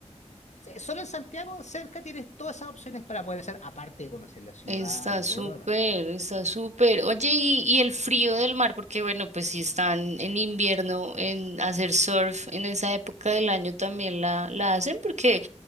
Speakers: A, on the left; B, on the right.
A: se- solo en Santiago, cerca tienes todas esas opciones para poder hacer, aparte de conocer la ciudad
B: Está
A: y
B: súper,
A: todo lo demás.
B: está súper. Oye, y, y el frío del mar, porque bueno, pues si están en invierno, en hacer surf en esa época del año también la, la hacen, porque